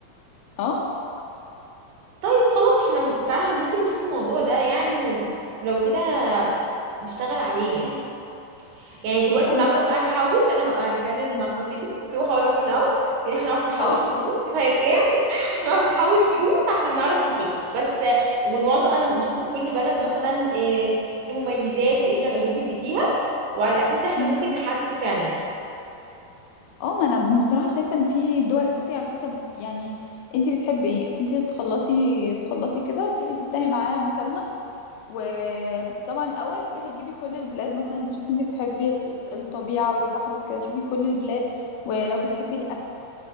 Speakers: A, on the left; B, on the right.
A: اه
B: طيب خلاص احنا فعلا ممكن نشوف الموضوع ده يعني ون- ولو كده نشتغل عليه يعني يعني دلوقتي
A: لا
B: النهارده
A: هو
B: بقى نحوش انا ه- هكلم مع خطيبي اوكي واحاول اقنعه ان احنا نقعد نحوش
A: اه
B: فلوس
A: ال-
B: شوف هي بكام <laughs> ونقعد نحوش فلوس عشان نعرف نسافر بس آه، ونقعد بقى نشوف في كل بلد مثلا آه، ايه المميزات وايه العيوب اللي فيها وعلى الاساس ده احنا
A: مم.
B: ممكن نحدد فعلا
A: اه ما انا بصراحه شايفه ان في دول بصي على حسب يعني انت بتحبي ايه انت تخلصي تخلصي كده وتروحي تفتحي معاه مكالمه وبس طبعا الاول روحي جيبي كل البلاد مثلا شوفي انت بتحبي ال- الطبيعه والبحر وكده شوفي كل البلاد ولو بتحبي الاكل